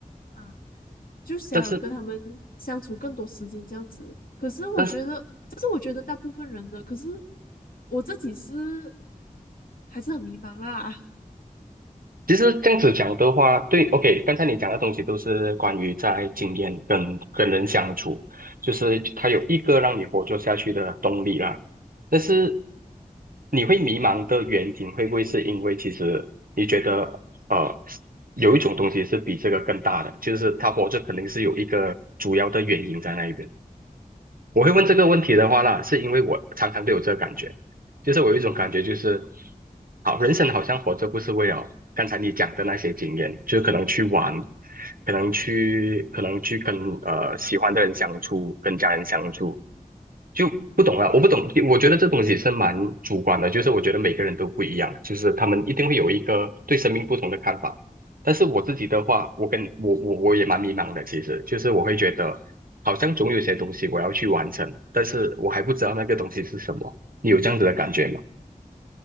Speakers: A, on the left; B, on the right.
A: 啊。就想跟他们相处更多时间这样子。
B: 但是
A: 可是我觉得，
B: 但是。
A: 这是我觉得大部分人的。可是我自己是还是很迷茫啦。<laughs>
B: 其实这样子讲的话，对，OK，刚才你讲的东西都是关于在经验跟跟人相处，就是他有一个让你活着下去的动力啦。但是你会迷茫的原因，会不会是因为其实你觉得呃有一种东西是比这个更大的，就是他活着肯定是有一个主要的原因在那一边。我会问这个问题的话呢，是因为我常常都有这个感觉，就是我有一种感觉，就是好，人生好像活着不是为了刚才你讲的那些经验，就是可能去玩，可能去，可能去跟呃喜欢的人相处，跟家人相处，就不懂了，我不懂，我觉得这东西是蛮主观的，就是我觉得每个人都不一样，就是他们一定会有一个对生命不同的看法。但是我自己的话，我跟我我我也蛮迷茫的，其实就是我会觉得，好像总有些东西我要去完成，但是我还不知道那个东西是什么。你有这样子的感觉吗？